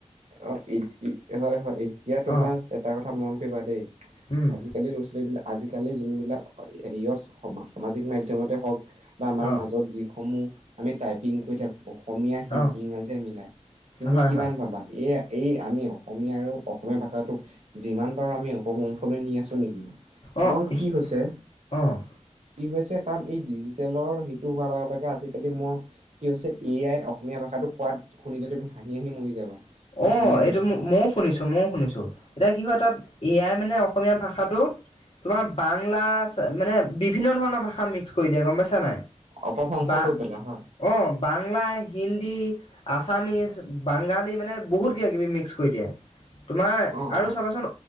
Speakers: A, on the right; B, on the left.
A: অ', এতি হয় হয়। এতিয়া তোমাৰ
B: অ
A: এটা কথা মন কৰিবা দেই।
B: উম
A: আজিকালি ল'ৰা-ছোৱালীবিলাক আজিকালি যোনবিলাক হেৰিয়ত সামাজিক মাধ্যমতে হওঁক বা আমাৰ
B: অ
A: মাজত যিসমূহ আমি টাইপিং কৰি থাকো অসমীয়া,
B: অ
A: ইংৰাজীয়ে মিলাই তুমি
B: হয়
A: কিমান
B: হয়
A: পাবা? এ আই এই আমি অসমীয়া আৰু অসমীয়া ভাষাটোক যিমান পাৰোঁ আমি উপবংশলৈ নি আছোঁ নেকি? কাৰণ
B: অ',
A: কি হৈছে
B: অ'।
A: কি হৈছে, কাৰণ এই ডিজিটেলৰ সিটো হোৱাৰ লগে লগে আজিকালি মোৰ কি হৈছে এ আই অসমীয়া ভাষা তো কোৱাত শুনিলে তুমি হাঁহি হাঁহি মৰি যাবা। মই
B: অ',
A: সিমানে
B: এইটো
A: কৈছো
B: ময়ো শুনিছো, ময়ো শুনিছো। এতিয়া কি হয় তাত এ আই মানে অসমীয়া ভাষাটোত তোমাৰ বাংলা আছে। মানে বিভিন্ন ধৰণৰ ভাষা মিক্স কৰি দিয়ে গম পাইছানে নাই?
A: অপভ্ৰংশ
B: বা
A: কৰি পেলাই হয়
B: অ', বাংলা, হিন্দী হিন্দী, আছামিছ, বাংঙালী মানে বহুত কিবা-কিবি মিক্স কৰি দিয়ে। তোমাৰ
A: অ
B: আৰু
A: অ
B: চাবাচোন